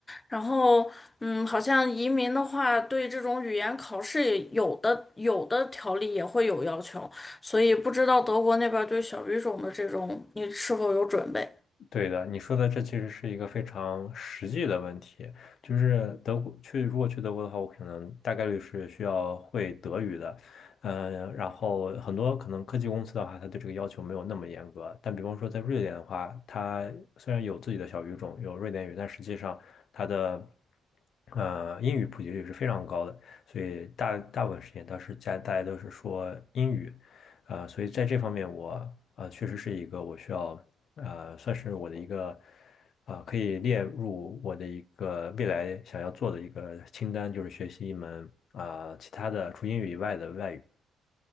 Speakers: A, on the left; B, on the left.
A: 然后，嗯，好像移民的话，对这种语言考试也有的有的条例也会有要求，所以不知道德国那边对小语种的这种，你是否有准备？
B: 对的，你说的这其实是一个非常实际的问题，就是德国去，如果去德国的话，我可能大概率是需要会德语的，嗯，然后很多可能科技公司的话，它对这个要求没有那么严格，但比方说在瑞典的话，它虽然有自己的小语种，有瑞典语，但实际上它的呃英语普及率是非常高的，所以大大部分时间都是家大家都是说英语。啊，呃所以在这方面我啊，呃确实是一个我需要呃，算是我的一个，呃，可以列入我的一个未来想要做的一个清单，就是学习一门啊、呃其他的除英语以外的外语。